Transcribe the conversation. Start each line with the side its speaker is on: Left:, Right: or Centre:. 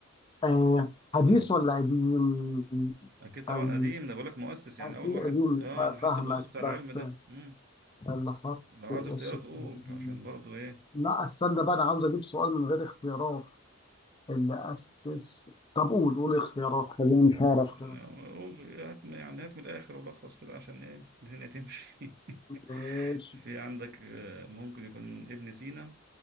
Left: آه، حديث
Right: آه.
Left: ولا قديم
Right: أكيد طبعا
Left: أو
Right: قديم ده بقولك مؤسس يعني أول
Left: في
Right: واحد
Left: قديم
Right: آه
Left: آه،
Right: اللي حط
Left: فاهمك
Right: الأسس بتاع
Left: بس
Right: العلم ده مم.
Left: اللي حط
Right: لو عايز
Left: إيش
Right: اختيارات قول
Left: في-
Right: عشان برضو إيه
Left: لا استنى بقى أنا عاوز أجيب سؤال من غير اختيارات اللي أسس طب قول قول اختيارات خليني مش هعرف كده
Right: أقول- هات يعني هات من الآخر ولخص كده عشان إيه الدنيا تمشي <laughs>
Left: إيش
Right: في عندك آه، ممكن يكون ابن سينا